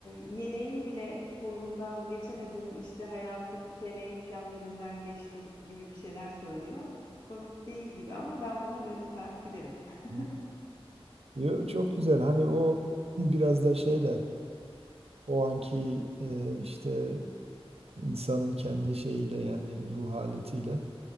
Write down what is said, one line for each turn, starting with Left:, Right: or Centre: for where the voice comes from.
Left: yeleğin bile kolundan geçemedim işte hayatın feleğin çemberinden geçtim gibi bir şeyler söylüyor. Komik değil gibi ama ben buna böyle bir saat gülerim. <laughs>
Right: Hı. Yo, çok güzel. Hani o <clears throat> biraz da şeyle o anki e, işte insanın kendi şeyiyle yani ruh haletiyle